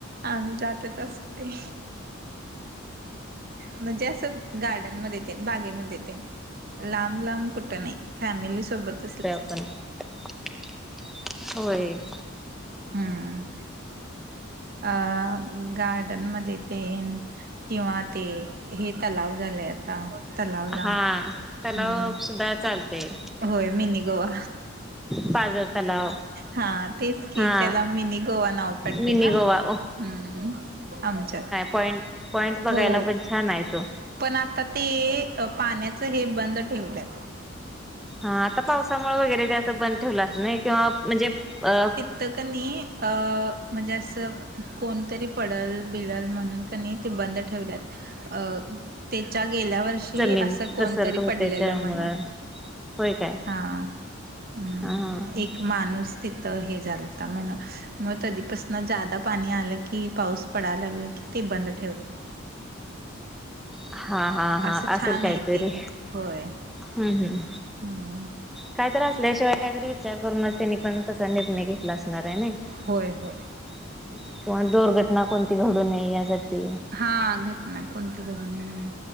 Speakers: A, on the right; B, in the centre.
A: आम्ही जातच असतोय. म्हणजे असं गार्डनमध्ये तेन, बागेमध्ये तेन. लांब लांब, कुठं नाही. फॅमिली सोबत.
B: <unintelligible> होय.
A: हम्म, अ गार्डन मध्ये ते किंवा ते, हे तलाव झालय आता तलावला,
B: हा तलाव
A: हम्म
B: सुद्धा चालते.
A: होय मिनी गोवा.
B: पाजर तलाव
A: हा, तेच की.
B: हा
A: त्याला मिनी गोवा नाव पडलय
B: मिनी
A: ना?
B: गोवा
A: हम् आमच्यात.
B: पॉंइंट पॉईंट, बघायला
A: हो
B: पण छान आहे तो!
A: पण आता ते, अ पाण्याचं हे बंद ठेवल्यात.
B: हा आता पावसामुळ वगैरे त्याचं बंद ठेवलं अस, नाही किंवा म्हणजे अ
A: त क नई अ म्हणजे असं कोणतरी पडल बिडल म्हणून क नई ते बंद ठेवल्यात. अ तेच्या गेल्यावर र्षी
B: जमीन
A: अस कोणतरी
B: घसरत होते
A: पडलेलं
B: त्यामुळे
A: म्हण.
B: होय काय
A: हा हम्म,
B: हा
A: एक माणूस तिथं हे झालता. म्हण मग तधीपासन जादा पाणी आलं की पाऊस पडायला लागला की ते बंद ठेवत.
B: हा हा हा,
A: असं
B: असल
A: छान
B: काहीतरी.
A: आहे ते होय
B: हम्म हम्म.
A: हम्म
B: काहीतरी असल्याशिवाय, काहीतरी विचार करूनच त्यांनी पण तसा निर्णय घेतला अस <unintelligible>
A: होय होय.
B: किंवा दुर्घटना कोणती घडू नये यासाठी
A: हा, घटना कोणती घडू नये म्हणून.